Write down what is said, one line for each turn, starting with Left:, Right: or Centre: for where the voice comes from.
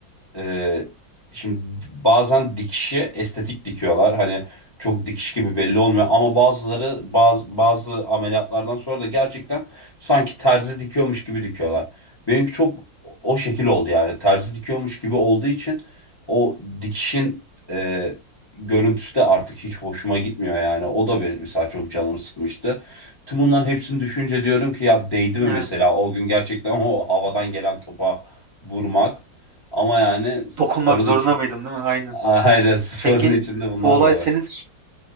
Left: ee, şimdi bazen dikişi estetik dikiyorlar. Hani çok dikiş gibi belli olmuyor ama bazıları bazı, bazı ameliyatlardan sonra da gerçekten sanki terzi dikiyormuş gibi dikiyorlar. Benimki çok o şekil oldu yani. Terzi dikiyormuş gibi olduğu için o dikişin e, görüntüsü de artık hiç hoşuma gitmiyor yani. O da benim mesela çok canımı sıkmıştı. Tüm bunların hepsini düşünce diyorum ki ya değdi
Right: Evet.
Left: mi mesela o gün gerçekten o havadan gelen topa vurmak. Ama yani sporun
Right: Dokunmak zorunda
Left: için
Right: mıydın değil mi? Aynen.
Left: <laughs> aynen sporun
Right: Peki
Left: içinde bunlar
Right: bu olay
Left: da var.
Right: senin